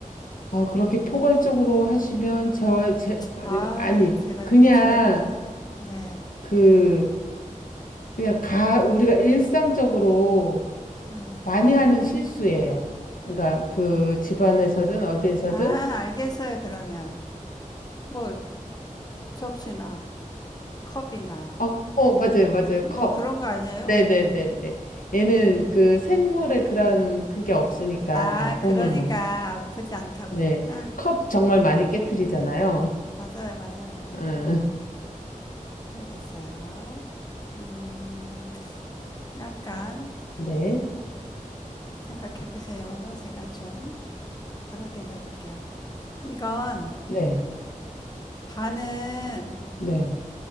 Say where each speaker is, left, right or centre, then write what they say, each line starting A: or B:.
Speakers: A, on the left; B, on the left.
A: 아, 그렇게 포괄적으로 하시면, 저, 제, 아니,
B: 아,
A: 아니,
B: 제가,
A: 그냥,
B: 제가 또, 네.
A: 그, 그냥 가, 우리가 일상적으로
B: 예.
A: 많이 하는 실수예요. 그러니까, 그 집안에서든 어디에서든,
B: 아, 알겠어요, 그러면. 뭐, 접시나, 컵이나,
A: 어, 어, 맞아요, 맞아요.
B: 뭐
A: 컵.
B: 그런 거 아니에요?
A: 네네네네. 얘는 그 생물의 그런 그게 없으니까
B: 아,
A: 아픔을
B: 그러니까
A: 못,
B: 아프지 않다고
A: 네.
B: 했구나.
A: 컵 정말 많이 깨트리잖아요.
B: 맞아요, 맞아요, 맞아요.
A: 응.
B: 알겠어요. 음, 약간
A: 네.
B: 생각해 보세요. 제가 좀 다르게 내볼게요. 이건
A: 네.
B: 반은
A: 네.